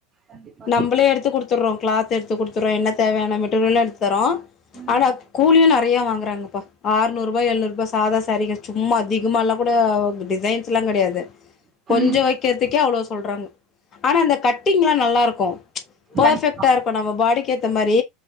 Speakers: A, on the right; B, on the left.
A: கண்டிப்பா
B: நம்மளே
A: தோழி
B: எடுத்து குடுத்துட்றோ கிளத் எடுத்து குடுத்துர்றோ என்ன தேவையான மெட்டீரியல்ல எடுத்து தரே
A: ம்
B: ஆனா கூலியு நறைய வாங்கறாங்க ஆறுநூறு ரூபாய் எழுநூறுூபா சாதா சாரீ சும்மா அதிகமா எல்லா கூட டிசைன்ஸ் எல்லா கிடையாது கொஞ்சம்
A: ம்
B: வைக்கிறதுக்கே அவ்வளோ சொல்றாங்க ஆனா அந்த கட்டிங் எல்லாம் நல்லா இருக்கு க்கூ பர்பெக்ட்டா
A: கண்டிப்பா
B: இருக்கும் நம்ம பாடிக்கு ஏத்த மாதிரி